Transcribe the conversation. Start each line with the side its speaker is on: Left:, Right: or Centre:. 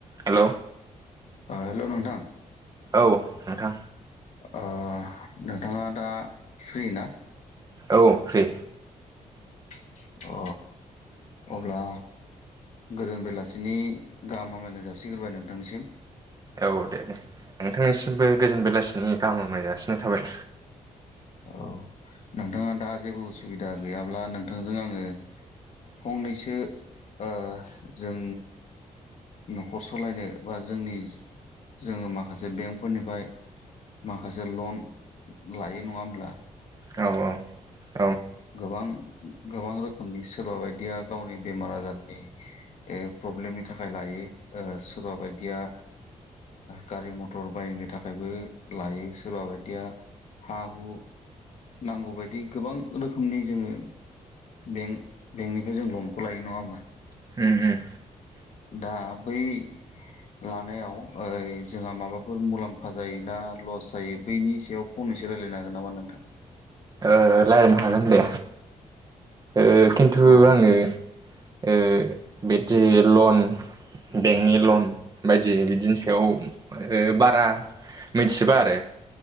Right: हेल'
Left: अ हेल' नोंथां
Right: औ नोंथां
Left: ओ नोंथाङा दा फ्रि ना
Right: औ फ्रि
Left: <inaudible> अ अब्ला गोजोन बेलासिनि गाहाम हामलायनाय जासिग्रोबाय नोंथांनिसिम
Right: औ दे दे नोंथांनिसिमबो गोजोन बेलासिनि गाहाम हामलाय जासिनाय थाबाय
Left: औ नोंथाङा दा जेबो उसुबिदा गैयाब्ला नोंथांजों आङो फंनैसो ओ जों न'खर सालायनो बा जोंनि जोङो माखासे बेंकफोरनिफ्राय माखासे लन लायो नङाहोम ब्ला
Right: औ औ
Left: गोबां गोबां रोखोमनि सोरबा बायदिया गावनि बेमार आजारनि ए प्रब्लेमनि थाखाय लायो सोरबा बायदिया गारि मथर बायनो थाखायबो लायो सोरबा बायदिया हा हु नांगौबायायदि गोबां रोखोमनि जोङो बेंक बेंकनिफ्राय जों लनखौ लायो नङा होमबा
Right: उम उम
Left: दा बै लानायाव ओइ जोंहा माबाफोर मुलाम्फा जायो ना लस जायो बैनि सायाव फंनैसो रायजलायनो हागोन नामा नोंथां
Right: ओ लायिन हागोन दे ओ किन्थु
Left: औ
Right: आङो ओ बेबदि लन बेंकनि लन बायदि बिदिनि सायाव ओ बारा मिथिजोबा आरो